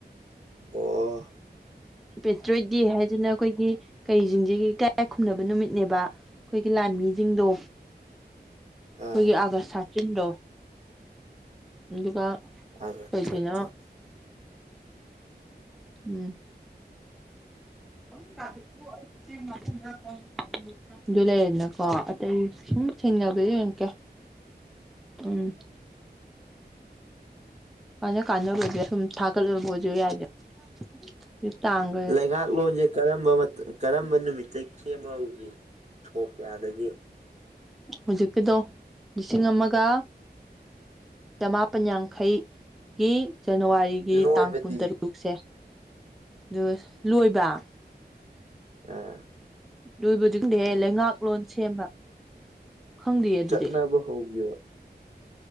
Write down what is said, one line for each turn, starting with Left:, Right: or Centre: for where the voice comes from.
Right: ꯑꯣ
Centre: ꯄꯦꯇ꯭ꯔꯣꯏꯠ ꯗꯦ ꯍꯥꯏꯖꯤꯅ ꯑꯩꯈꯣꯏꯒꯤ ꯀꯩꯖꯤꯡꯁꯤꯒꯤ ꯏꯀꯥꯏ ꯈꯨꯝꯅꯕ ꯅꯨꯃꯤꯠꯅꯦꯕ ꯑꯩꯈꯣꯏꯒꯤ ꯂꯥꯟꯃꯤꯖꯤꯡꯗꯣ
Right: ꯑꯥ
Centre: ꯑꯩꯈꯣꯏꯒꯤ ꯑꯥꯒꯁ ꯊꯥꯔꯇꯤꯟꯗꯣ ꯑꯗꯨꯒ
Right: ꯑꯥꯒꯁ
Centre: ꯀꯩꯒꯤꯅꯣ
Right: ꯊꯥꯔꯇꯤꯟ
Centre: ꯎꯝ <unintelligible> ꯑꯗꯨ ꯂꯩꯔꯦꯗꯅꯀꯣ ꯑꯇꯩ ꯁꯨꯝ ꯊꯦꯡꯅꯕ ꯌꯦꯡꯉꯛꯀꯦ ꯎꯝ ꯀꯥꯟꯅ ꯀꯥꯟꯅꯕꯖꯦ ꯁꯨꯝ ꯊꯥꯒꯠꯂꯕ ꯑꯣꯏꯁꯨ ꯌꯥꯏꯗꯅ <unintelligible> ꯇꯥꯡ
Right: ꯂꯩꯉꯥꯛꯂꯣꯟꯁꯦ ꯀꯔꯝꯕ ꯃꯇꯝ ꯀꯔꯝꯕ ꯅꯨꯃꯤꯠꯇꯩ__ ꯁꯦꯝꯕ ꯍꯧꯒꯤ ꯁꯣꯛꯀ ꯀꯌꯥꯗꯒꯤ
Centre: ꯍꯧꯖꯤꯛꯀꯤꯗꯣ ꯂꯤꯁꯤꯡ ꯑꯃꯒ ꯆꯃꯥꯄꯟ ꯌꯥꯡꯈꯩ ꯒꯤ ꯖꯅꯋꯥꯔꯤ ꯒꯤ
Right: ꯂꯣꯏꯕꯗꯤ
Centre: ꯇꯥꯡ ꯀꯨꯟꯇꯔꯨꯛꯁꯦ ꯗꯨ ꯂꯣꯏꯕ
Right: ꯑ
Centre: ꯂꯣꯏꯕꯗꯤ ꯈꯪꯗꯦꯍꯦ ꯂꯩꯉꯥꯛꯂꯣꯟ ꯁꯦꯝꯕ ꯈꯪꯗꯦꯌꯦ ꯑꯗꯨꯗꯤ
Right: ꯆꯠꯅꯕ ꯍꯧꯒꯤꯕ